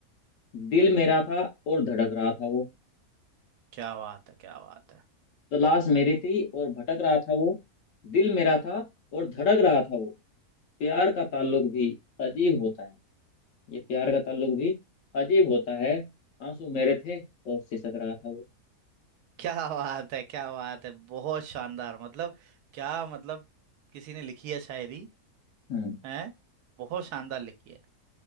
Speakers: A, on the left (about 65°); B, on the right (about 85°).
A: दिल मेरा था और धड़क रहा था वो
B: क्या बात है क्या बात है
A: तलाश मेरी थी और भटक रहा था वो दिल मेरा था और धड़क रहा था वो प्यार का ताल्लुक भी अजीब होता है ये प्यार का ताल्लुक भी अजीब होता है आंसू मेरे थे और सिसक रहा था वो
B: क्या बात है क्या बात है बहुत शानदार मतलब क्या मतलब किसी ने लिखी है शायरी
A: हम्म
B: है बहुत शानदार लिखी है